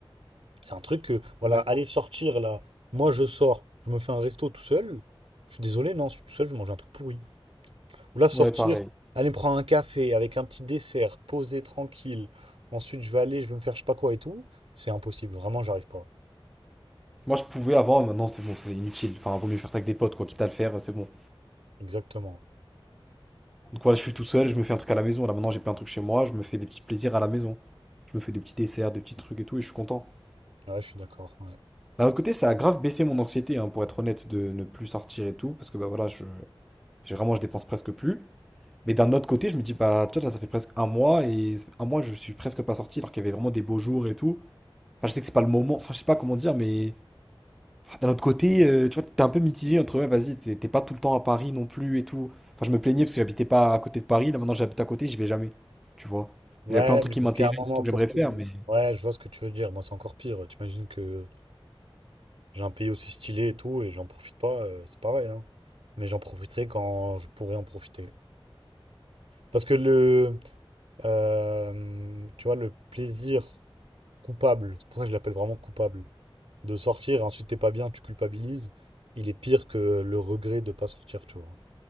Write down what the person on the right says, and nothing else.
C'est un truc que, voilà,
aller sortir là, moi je sors, je me fais un resto tout seul. Je suis désolé, non, je suis tout seul, je vais manger un truc pourri. Ou là, sortir,
aller me prendre un café avec un petit dessert, posé, tranquille. Ensuite, je vais aller, je vais me faire je sais pas quoi et tout. C'est impossible, vraiment, j'arrive pas.
Exactement.
Ouais, je suis d'accord. ouais.
Ouais,
mais parce
qu'il y a un moment
pour
tout.
Ouais, je vois ce que tu veux dire. Moi, c'est encore pire. T'imagines que j'ai un pays aussi stylé et tout, et j'en profite pas, euh, c'est pareil, hein. Mais j'en profiterai quand je pourrai en profiter. Parce que le, euh, tu vois, le plaisir coupable, c'est pour ça que je l'appelle vraiment coupable, de sortir et ensuite t'es pas bien, tu culpabilises, il est pire que le regret de pas sortir, tu vois.